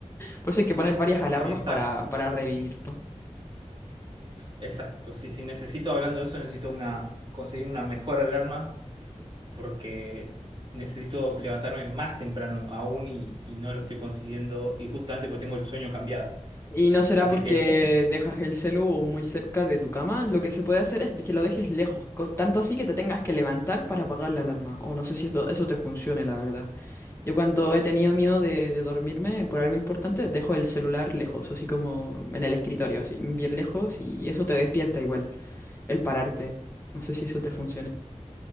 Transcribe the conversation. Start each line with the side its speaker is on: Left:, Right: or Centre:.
Left: Por eso hay que poner varias alarmas
Right: Exacto.
Left: para, para revivir, ¿no?
Right: Exacto, sí, sí, necesito, hablando de eso, necesito una, conseguirme una mejor alarma porque necesito levantarme más temprano aún y, y no lo estoy consiguiendo y justamente porque tengo el sueño cambiado.
Left: Y no será
Right: Así
Left: porque
Right: que eh,
Left: dejas el celu muy cerca de tu cama. Lo que se puede hacer es que lo dejes lejos, co- tanto así que te tengas que levantar para apagar la alarma. O no sé si esto- eso te funcione, la verdad. Yo cuando he tenido miedo de, de dormirme por algo importante, dejo el celular lejos, así como en el escritorio, así, bien lejos, y eso te despierta igual, el pararte. No sé si eso te funciona.